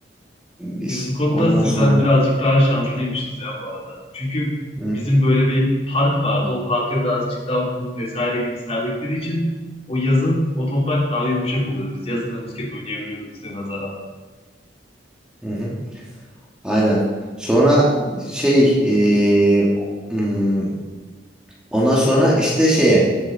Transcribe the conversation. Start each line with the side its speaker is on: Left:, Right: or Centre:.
Centre: biz.
Left: Biz bu konuda
Centre: Ondan
Left: sizden
Centre: sonra
Left: birazcık daha şanslıymışız ya bu arada. Çünkü
Centre: hı,
Left: bizim böyle bir park vardı. O parka birazcık daha kum vesaire gibi serdikleri için o yazın o toprak daha yumuşak oluyordu. Biz yazın da misket oynayabiliyorduk size nazaran.
Centre: hı hı. Aynen. Sonra şey eee, hmm, ondan sonra işte şeye